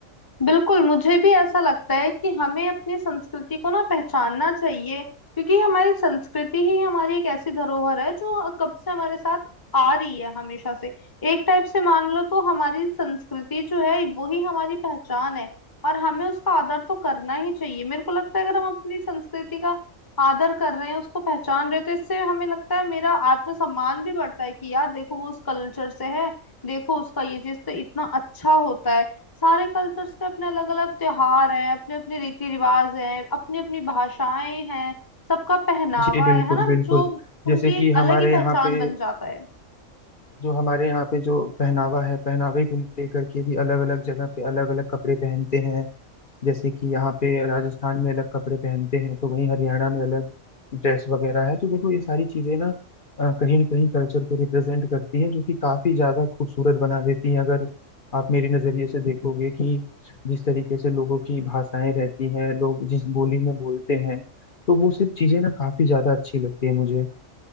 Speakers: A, on the left; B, on the left.
A: बिल्कुल मुझे भी ऐसा लगता है कि हमें अपनी संस्कृति को ना पहचानना चाहिए क्योंकि हमारी संस्कृति ही हमारी एक ऐसी धरोहर है जो कब से हमारे साथ आ रही है हमेशा से एक टाइप से मान लो तो हमारी संस्कृति जो है वो ही हमारी पहचान है और हमें उसका आदर तो करना ही चाहिए मेरे को लगता है अगर हम अपनी संस्कृति का आदर कर रहे हैं उसको पहचान रहे हैं तो इससे हमें लगता है मेरा आत्मसम्मान भी बढ़ता है कि यार देखो वो उस कल्चर से है देखो उसका ये चीज तो इतना अच्छा होता है सारे कल्चर्स पे अपने अलग अलग त्योहार हैं अपने अपने रीति रिवाज हैं अपनी अपनी भाषाएं हैं सबका पहनावा
B: जी बिल्कुल
A: है है ना
B: बिल्कुल
A: जो उनकी
B: जैसे
A: एक
B: कि
A: अलग
B: हमारे
A: ही
B: यहाँ
A: पहचान
B: पे
A: बन जाता है
B: जो हमारे यहाँ पे जो पहनावा है पहनावे को लेकर के भी अलग अलग जगह पे अलग अलग कपड़े पहनते हैं जैसे कि यहाँ पे राजस्थान में अलग कपड़े पहनते हैं तो वहीं हरियाणा में अलग ड्रेस वगैरह है तो देखो ये सारी चीजें ना अ, कहीं ना कहीं कल्चर को रिप्रेजेंट करती हैं जो कि काफी ज्यादा खूबसूरत बना देती हैं अगर आप मेरे नजरिए से देखोगे कि जिस तरीके से लोगों की भाषाएं रहती हैं लोग जिस बोली में बोलते हैं तो वो सब चीजें ना काफी ज्यादा अच्छी लगती है मुझे